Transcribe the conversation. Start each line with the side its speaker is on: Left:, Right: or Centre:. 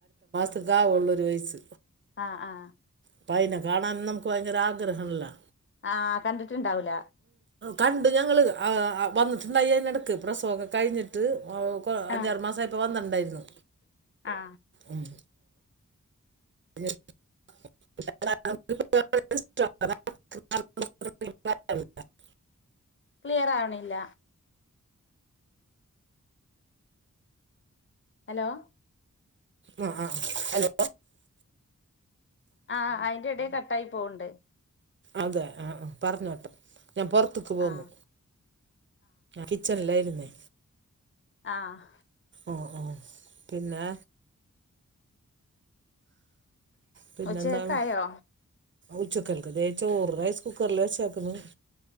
Right: ത്ഘാ ഓള്ളൊരു വയസ്സ്
Left: ആഹ് ആഹ്
Right: പ്പൊ അയിനെ കാണാൻ നമുക്ക് വയങ്കര ആഗ്രഹല്ലെ
Left: ആഹ് കണ്ടിട്ടുണ്ടാവൂല
Right: കണ്ട് ഞങ്ങള് <unintelligible> ആ വന്നിട്ടുണ്ടായി അതിനെടക്ക് പ്രസവൊക്കെ കഴിഞ്ഞിട്ട് <unintelligible> ഓക്ക്അഞ്ചാറ്
Left: ആ
Right: മാസായ പ്പൊ വന്നിട്ടുണ്ടായിരുന്നു
Left: ആ
Right: ഉം <inaudible>
Left: ക്ലിയർ ആവണില്ല ഹലോ
Right: അ ആ ഹലോ
Left: ആഹ് അയിന്റെ എടേ കട്ടായി പോവ്ണ്ട്
Right: അതെ ആഹ് പറഞ്ഞോട്ടെ ഞാൻ പുറത്ത്ക്ക് പോന്നു
Left: ആ
Right: കിച്ചണിലേയിരുന്നേ
Left: ആഹ്
Right: ഓ ഓ പിന്നെ പിന്നെന്താണ്
Left: ഉച്ച ഹെക്കായോ
Right: ഉച്ചക്കൽക്ക് ദേ ചോറ് റൈസ് കുക്കർല് വെച്ചേക്കുന്ന്